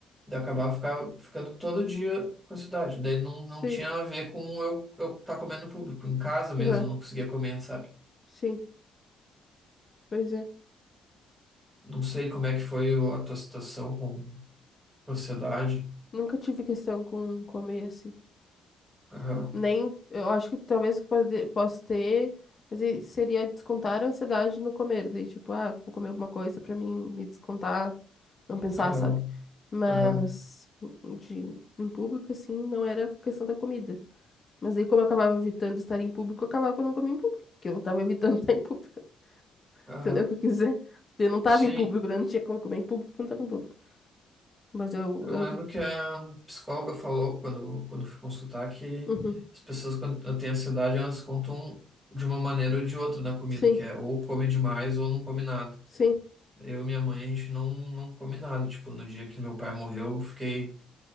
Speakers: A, on the right (about 15°); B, on the left (about 35°).
A: Daí eu acabava ficar, ficando todo dia com a cidade. Daí não,
B: Sim.
A: não tinha a ver com eu eu tá comendo público. Em casa mesmo
B: Aham.
A: eu não conseguia comer, sabe?
B: Sim. Pois é.
A: Não sei como é que foi o- a tua situação com com a ansiedade.
B: Nunca tive questão com comer assim.
A: Aham,
B: Nem, eu acho que talvez o que pode- posso ter mas aí seria descontar a ansiedade no comer. Daí, tipo, ah, vou comer alguma coisa pra mim me descontar, não pensar,
A: aham,
B: sabe? Mas
A: aham,
B: hum, de, em público, assim, não era questão da comida. Mas aí, como eu acabava evitando estar em público, eu acabava que eu não comia em público, porque eu tava evitando <laughs> estar em público.
A: aham.
B: Entendeu o que eu quis dizer? Eu não tava
A: Sim,
B: em público, né? Não tinha como comer em público, porque eu não tava em público. Mas eu,
A: Eu
B: eu
A: lembro
B: vi.
A: que a psicóloga falou quando, quando eu fui consultar que
B: Uhum.
A: as pessoas quando têm ansiedade elas contam de uma maneira ou de outra na comida,
B: Sim,
A: que é ou come demais ou não come nada.
B: sim.
A: Eu e minha mãe, a gente não, não come nada. Tipo, no dia que meu pai morreu, eu fiquei,